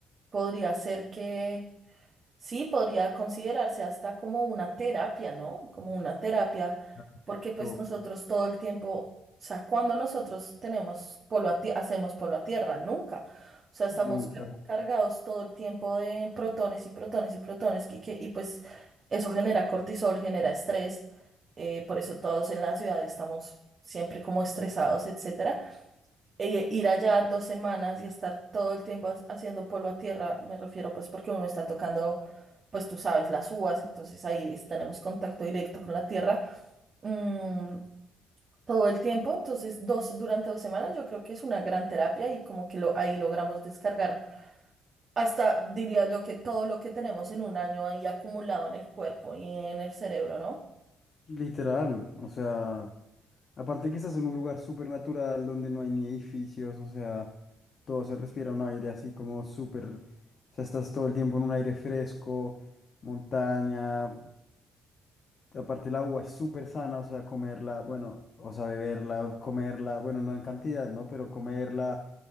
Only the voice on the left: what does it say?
Claro.
todo.
Nunca.
Literal, o sea. Aparte que estás en un lugar súper natural donde no hay ni edificios, o sea, todo se respira un aire así como súper, o sea, estás todo el tiempo en un aire fresco, montaña, aparte el agua es súper sana, o sea, comerla, bueno, o sea, beberla, comerla, bueno, no en cantidad, ¿no? Pero comerla,